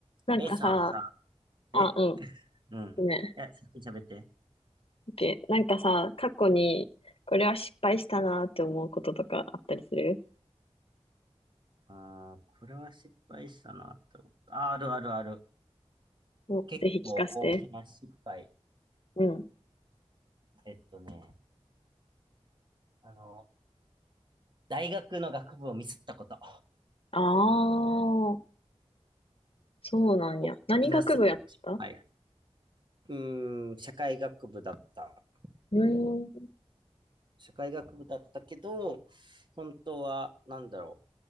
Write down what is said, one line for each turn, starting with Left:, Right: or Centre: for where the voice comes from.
Left: なんかさ、
Right: A さんさ、え
Left: あ、うん、
Right: うん。
Left: ごめん。
Right: いや、先に喋って。
Left: OK。なんかさ、過去に、これは失敗したなって思うこととかあったりする
Right: あー、これは失敗したなって思った。あー、あるあるある。
Left: お、
Right: 結構大きな失敗。
Left: ぜひ聞かせて。うん。
Right: えっとね、あの、大学の学部をミスったこと。
Left: ああ、そうなんや。
Right: 大きな失
Left: 何学部やった
Right: 敗。うーん、社会学部だった。
Left: うーん、
Right: 社会学部だったけど、本当は、なんだろ